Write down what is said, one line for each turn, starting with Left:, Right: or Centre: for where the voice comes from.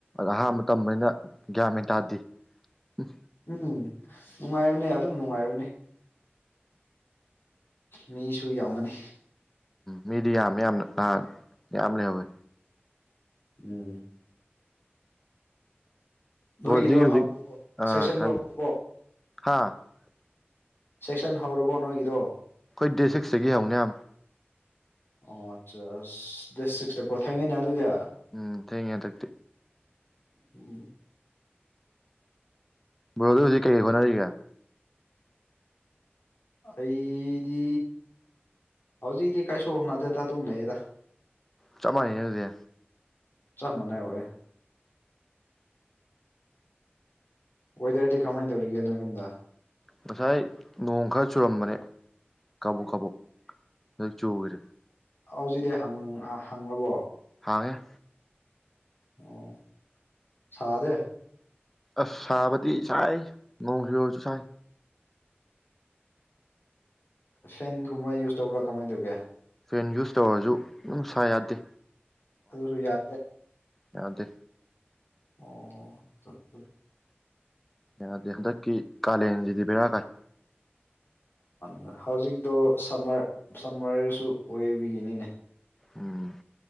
Centre: ꯑꯍꯥꯟꯕ ꯇꯝꯕꯅꯤꯅ ꯒ꯭ꯌꯥꯟ ꯃꯦꯟ ꯇꯥꯗꯦ ꯎꯝ
Left: ꯎꯝ ꯅꯨꯡꯉꯥꯏꯕꯅꯦ ꯑꯗꯨꯝ ꯅꯨꯡꯉꯥꯏꯕꯅꯤ ꯃꯤꯁꯨ ꯌꯥꯝꯃꯅꯤ
Centre: ꯃꯦꯗꯤꯌꯥ ꯃꯌꯥꯝ ꯑ ꯌꯥꯝꯌꯥꯝ ꯂꯩꯍꯧꯋꯦ
Left: ꯎꯝ ꯅꯣꯏꯒꯤꯗꯣ
Centre: ꯕ꯭ꯔꯣꯗꯤ ꯍꯧꯖꯤꯛ
Left: ꯍꯥꯎꯕꯣ
Centre: ꯑꯥ
Left: ꯁꯦꯛꯁꯟꯗꯣ
Centre: ꯍꯥꯏ
Left: ꯍꯥꯎꯕꯣ
Centre: ꯍꯥ ꯑꯩꯈꯣꯏ
Left: ꯆꯦꯛꯁꯟ ꯍꯧꯔꯕꯣ ꯅꯣꯏꯒꯤꯗꯣ
Centre: ꯑꯩꯈꯣꯏ ꯗꯦꯠ ꯁꯤꯛꯁꯇꯒꯤ ꯍꯧꯅꯦ ꯌꯥꯝ
Left: ꯑꯣ ꯑꯠꯆꯥ ꯗꯦꯠ ꯁꯤꯛꯁꯇꯀꯣ ꯊꯦꯡꯉꯤꯅꯦ ꯑꯗꯨꯗꯤ
Centre: ꯎꯝ ꯊꯦꯡꯉꯦ ꯇ
Left: ꯎꯝ
Centre: ꯕꯣꯔꯣꯗ ꯍꯧꯖꯤꯛ ꯀꯩꯀꯩ ꯍꯣꯠꯅꯔꯤꯒꯦ
Left: ꯑꯩꯗꯤ ꯍꯧꯖꯤꯛꯗꯤ ꯀꯥꯏꯁꯨ ꯍꯅꯗꯦꯗ ꯑꯗꯨꯝ ꯂꯩꯌꯦꯗ
Centre: ꯆꯞ ꯃꯥꯟꯅꯩꯅꯦ ꯑꯗꯨꯗꯤ
Left: ꯆꯞ ꯃꯅ ꯑꯣꯏ ꯋꯦꯗꯔꯗꯤ ꯀꯃꯥꯏꯅ ꯇꯧꯔꯤꯒꯦ ꯅꯣꯏꯔꯣꯝꯗ
Centre: ꯉꯁꯥꯏ ꯅꯣꯡ ꯈꯔ ꯆꯨꯔꯝꯕꯅꯦ ꯀꯕꯛ ꯀꯥꯕꯛ ꯆꯒꯔꯤ
Left: ꯍꯧꯖꯤꯗꯤ ꯍꯪꯉꯕꯣ
Centre: ꯊꯥꯒꯦ
Left: ꯑꯣ ꯁꯥꯗꯦ
Centre: ꯑꯁ ꯁꯥꯕꯗꯤ ꯁꯥꯏ ꯅꯣꯡꯁꯤꯨꯔꯁꯨ ꯁꯥꯏ
Left: ꯐꯦꯟꯒꯨꯝꯕ ꯌꯨꯁ ꯇꯧꯕ꯭ꯔꯥ ꯀꯃꯥꯏꯅ ꯇꯧꯒꯦ
Centre: ꯐꯦꯟ ꯌꯨꯁ ꯇꯧꯔꯁꯨ ꯅꯨꯡꯁꯥ ꯌꯥꯗꯦ
Left: ꯑꯗꯨꯁꯨ ꯌꯥꯔꯦ
Centre: ꯌꯥꯗꯗꯤ
Left: ꯑꯣ ꯁꯦ
Centre: ꯌꯥꯗꯦ ꯍꯟꯗꯛꯀꯤ ꯀꯥꯂꯦꯟꯁꯤꯗꯤ ꯕꯦꯔꯥ ꯀꯥꯏ
Left: ꯃꯥ ꯍꯧꯖꯤꯛꯇꯣ ꯁꯝꯃꯔ ꯁꯝꯃꯔꯁꯨ ꯑꯣꯏꯕꯒꯤꯅꯤꯅꯦ
Centre: ꯎꯝ